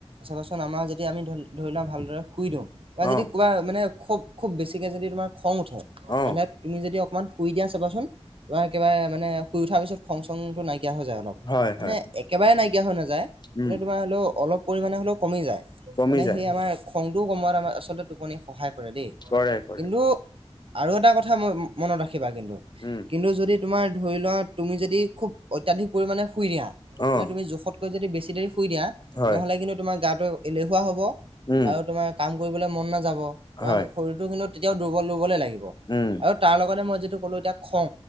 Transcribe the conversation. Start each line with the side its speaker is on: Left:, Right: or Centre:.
Right: চাবা চোন আমাৰ যদি আমি ধৰ-ধৰি লোৱা ভালদৰে শুই দিওঁ বা যদি
Left: অ'।
Right: ক'ৰবাৰ মানে খুব-খুব বেছিকে যদি তোমাৰ খং উঠে,
Left: অ',
Right: এনে তুমি যদি অকমান শুই দিয়া চাবা চোন তোমাৰ একেবাৰে মানে শুই উঠাৰ পিছত খং-চংটো নাই নাইকিয়া হৈ যায় অলপ।
Left: হয়
Right: মানে
Left: হয়
Right: একেবাৰে নাইকিয়া হৈ নাযায়
Left: উম,
Right: কিন্তু তোমাৰ হ'লেও অলপ পৰিমাণে হ'লেও কমি যায়।
Left: কমি
Right: মানে
Left: যায়
Right: সেই আমাৰ খংটোও কমোৱাত আমাৰ আচলতে টোপনি সহায় কৰে দেই।
Left: কৰে কৰে
Right: কিন্তু আৰু এটা কথা ম-মনত ৰাখিবা কিন্তু।
Left: উম।
Right: কিন্তু যদি তোমাৰ ধৰি লোৱা তুমি যদি খুব অত্যাধিক পৰিমাণে শুই দিয়া,
Left: অ',
Right: তুমি জোখতকৈ যদি বেছি দেৰি শুই দিয়া
Left: হয়
Right: তেনেহ'লে কিন্তু তোমাৰ গাটো এলেহুৱা হ'ব
Left: উম,
Right: আৰু তোমাৰ কাম কৰিবলৈ মন নাযাব। তোমাৰ
Left: হয়
Right: শৰীৰটো কিন্তু তেতিয়াও দুৰ্বল দুৰ্বলে লাগিব।
Left: উম,
Right: আৰু তাৰ লগতে মই যিটো ক'লো এতিয়া খং।